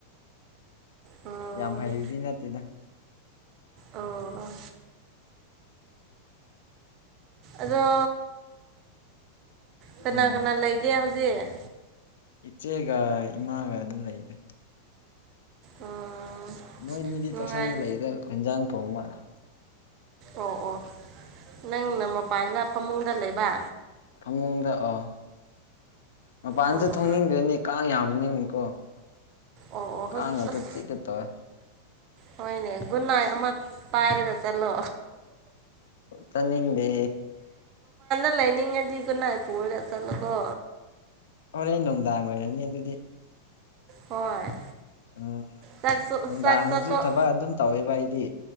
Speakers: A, on the right; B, on the left.
A: ꯑꯣ
B: ꯌꯥꯝ ꯍꯩꯕꯗꯤ ꯅꯠꯇꯦꯗ
A: ꯑꯣ ꯑꯗꯣ ꯀꯅꯥ
B: ꯎꯝ
A: ꯀꯅꯥ ꯂꯩꯒꯦ ꯍꯧꯖꯤꯛ
B: ꯏꯆꯦꯒ ꯏꯃꯥꯒ ꯑꯗꯨꯝ ꯂꯩꯅꯤ
A: ꯑꯣ
B: ꯃꯣꯏ ꯅꯤꯗꯤ
A: ꯅꯨꯡꯉꯥꯏ
B: ꯆꯥꯛꯁꯥꯡꯗ ꯂꯩꯗ ꯍꯟꯖꯥꯡ ꯊꯣꯡ ꯃꯥꯜꯂꯦ
A: ꯑꯣ ꯑꯣ ꯅꯪꯅ ꯃꯄꯥꯟꯗ ꯐꯃꯨꯡꯗ ꯂꯩꯕ
B: ꯐꯃꯨꯡꯗꯥꯛ ꯑꯣ ꯃꯄꯥꯟꯁꯦ
A: ꯑꯣ ꯑꯣ
B: ꯊꯣꯡꯅꯤꯡꯗ꯭ꯔꯅꯦ ꯀꯥꯡ ꯌꯥꯝꯃꯅꯤꯡꯉꯤꯀꯣ
A: ꯑꯣ ꯑꯣ
B: ꯀꯉꯇ
A: ꯍꯧꯖꯤꯛ ꯑꯁ
B: ꯆꯤ ꯀꯦ ꯇꯧꯋꯦ
A: ꯍꯣꯏꯅꯦ ꯒꯨꯅꯥꯏ ꯑꯃ ꯄꯥꯏꯔꯒ ꯆꯠꯂꯣ
B: ꯆꯅꯤꯡꯗꯦ
A: ꯂꯥꯏꯅꯤꯡꯗꯤ ꯀꯅ ꯄꯨꯔ ꯆꯂ ꯀꯣ
B: ꯍꯣꯔꯦꯟ ꯅꯨꯡꯗꯥꯡ ꯑꯣꯏꯔꯅꯤ ꯑꯗꯨꯗꯤ
A: ꯍꯣꯏ
B: ꯎꯝ
A: ꯆꯥꯛ
B: ꯅꯨꯡꯗꯥꯡꯗꯁꯨ
A: ꯆꯥꯛ ꯆꯥꯊꯣꯛ
B: ꯊꯕꯛ ꯑꯗꯨꯝ ꯇꯧꯋꯦꯕ ꯑꯩꯗꯤ